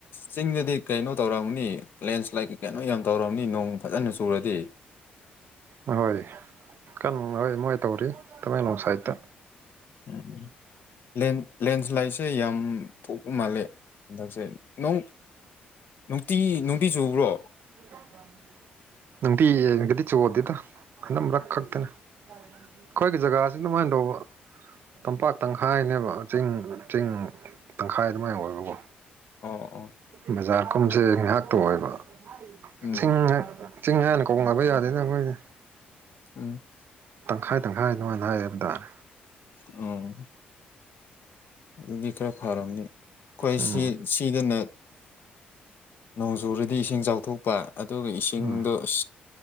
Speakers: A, on the left; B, on the right.
A: ꯆꯤꯡꯗꯗꯤ ꯀꯩꯅꯣ ꯇꯧꯔꯝꯒꯅꯤ ꯂꯦꯟꯁ꯭ꯂꯥꯏꯠ ꯀꯩ ꯀꯩꯅꯣ ꯌꯥꯝ ꯇꯧꯔꯝꯅꯤ ꯅꯣꯡ ꯐꯖꯅꯥ ꯆꯨꯔꯗꯤ
B: ꯍꯣꯏ ꯍꯣꯏ ꯀꯟꯕꯥ ꯃꯥꯜꯂꯦ ꯃꯣꯏ ꯀꯃꯥꯏꯅ ꯇꯧꯔꯤ ꯇꯃꯦꯡꯂꯣꯡ ꯁꯥꯏꯠꯇ
A: ꯎꯝ ꯂꯦꯟ ꯂꯦꯟꯁ꯭ꯂꯥꯏꯠꯁꯦ ꯌꯥꯝ ꯊꯣꯛꯄ ꯃꯥꯜꯂꯦ ꯍꯟꯗꯛꯁꯦ ꯅꯣꯡ ꯅꯨꯡꯇꯤ ꯅꯨꯡꯇꯤ ꯆꯨꯕ꯭ꯔꯣ
B: <unintelligible> ꯅꯨꯡꯇꯤ ꯌꯦꯟꯒꯗꯤ ꯆꯨꯗꯦꯗ ꯍꯟꯗꯛ ꯃꯔꯛ ꯈꯛꯇꯅꯦ ꯑꯩꯈꯣꯏꯒꯤ ꯖꯒꯥꯁꯤ ꯑꯗꯨꯃꯥꯏꯅ ꯇꯧꯕ ꯇꯝꯄꯥꯛ ꯇꯪꯈꯥꯏꯅꯦꯕ ꯆꯤꯡ ꯆꯤꯡ ꯇꯪꯈꯥꯏ ꯑꯗꯨꯃꯥꯏꯅ ꯑꯣꯏꯕꯀꯣ
A: ꯑꯣ ꯑꯣ
B: ꯕꯖꯥꯔ ꯀꯨꯝꯁꯦ ꯉꯥꯏꯍꯥꯛꯇ ꯑꯣꯏꯕ
A: ꯎꯝ
B: ꯆꯤꯡꯅꯦ ꯆꯤꯡ ꯍꯥꯏꯅ ꯀꯧꯅꯕ ꯌꯥꯗꯦꯗ ꯈꯣꯏꯗꯤ
A: <unintelligible>
B: ꯇꯪꯈꯥꯏ ꯇꯪꯈꯥꯏ ꯑꯗꯨꯃꯥꯏꯅ ꯍꯥꯏꯌꯦꯕ ꯇꯥꯔꯦ
A: ꯑꯣ ꯑꯗꯨꯗꯤ ꯈꯔ ꯐꯔꯝꯅꯤ ꯑꯩꯈꯣꯏ
B: ꯎꯝ
A: ꯁꯤ ꯁꯤꯗꯅ ꯅꯣꯡꯖꯨꯨꯔꯗꯤ ꯏꯁꯤꯡ ꯆꯥꯎꯊꯣꯛꯄ ꯑꯗꯨꯒ ꯏꯁꯤꯡꯗꯣ
B: ꯎꯝ
A: ꯑꯁ